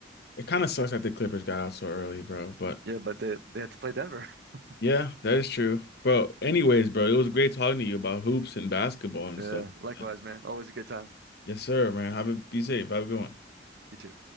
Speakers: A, on the left; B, on the right.
A: It kind of sucks that the Clippers got out so early, bro. But
B: Yeah, but they they had to play Denver. <laughs>
A: yeah, that is true. Bro, anyways, bro, it was great talking to you about hoops and basketball and
B: Yeah,
A: stuff.
B: likewise,
A: like that.
B: man. Always a good time.
A: Yes, sir, man. Have a be safe. Have a good one.
B: You too.